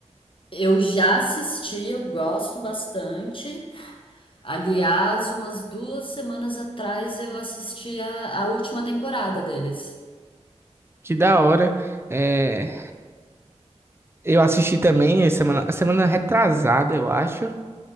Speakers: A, on the left; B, on the right.
A: Eu já assisti, eu gosto bastante. Aliás, umas duas semanas atrás eu assisti a, a última temporada deles.
B: Que da hora. É, eu assisti também, a semana, a semana retrasada, eu acho,